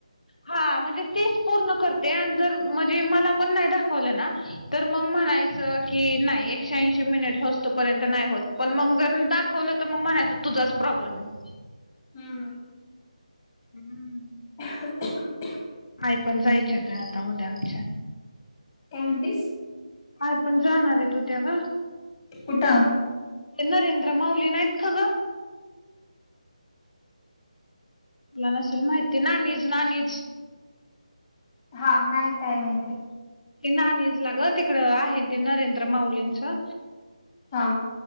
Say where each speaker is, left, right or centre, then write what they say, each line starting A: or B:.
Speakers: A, on the left; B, on the left.
A: हा म्हणजे तिस पूर्ण करते आन जर म्हणजे मला. पण नाही दाखवलं ना तर मग म्हणायचं की नाही एकशेऐंशी मिनिट होव्स तोपर्यंत नाही होत. पण मग जर दाखवलं तर म्हणायचं तुझाच प्रॉब्लेम हे.
B: हम्म.
A: हम्म.
B: <unintelligible>
A: आई पण जायच्यात आता उद्या आमच्या.
B: काय म्हणतीस.
A: आय पण जाणार आहे तू देव.
B: कुठं?
A: ते नरेंद्र माऊली नाहीत का गं? तुला नसेल माईती नानीज, नानीज.
B: हां नाय काय माहिती.
A: ते नाणीजला ग तिकडं आहेन ते नरेंद्र माउलींचं.
B: हा.